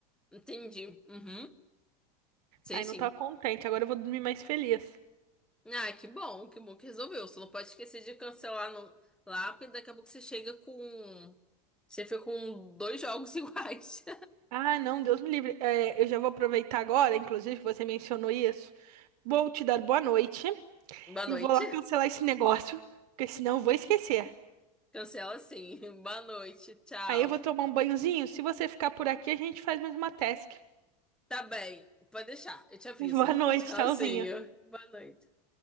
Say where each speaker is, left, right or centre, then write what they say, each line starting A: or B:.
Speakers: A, in the centre; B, on the right.
A: Entendi. Uhum. Sei
B: Aí
A: sim.
B: não tava contente, agora eu vou dormir mais feliz.
A: Ah, que bom, que bom que resolveu. Você não pode esquecer de cancelar no... lá, porque daqui a pouco você chega com. Você fica com dois jogos <laughs> iguais.
B: Ah, não, Deus me livre. É, eu já vou aproveitar agora, inclusive você mencionou isso. Vou te dar boa noite
A: Boa noite.
B: e vou lá cancelar esse negócio, porque senão eu vou esquecer.
A: Cancela sim. <laughs> Boa noite. Tchau.
B: Aí eu vou tomar um banhozinho. Se você ficar por aqui, a gente faz mais uma task.
A: Tá bem. Pode deixar. Eu te aviso.
B: <laughs> Boa noite,
A: Tchauzinho.
B: tchauzinho.
A: Boa noite.